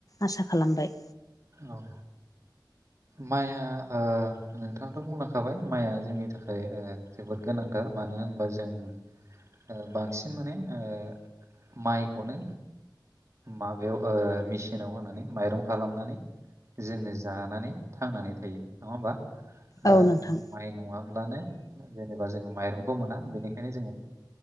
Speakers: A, on the left; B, on the right.
A: आसा खालामबाय।
B: औ। माइआ ओ नोंथाङाथ' बुंलांखाबाय माइआ जोंनि थाखाय ओ जोबोद गोनांथार मानो होनबा जों ओ बांसिन माने ओ माइखौनो माबायाव ओ मेसिनाव होनानै माइरं खालामनानै। जोंङो जानानै थांनानै थायो नङा होमबा दा
A: औ नोंथां
B: माइ नङाब्लानो जेनेबा जोङो माइरंखौ मोना बेनिखायनो जोङो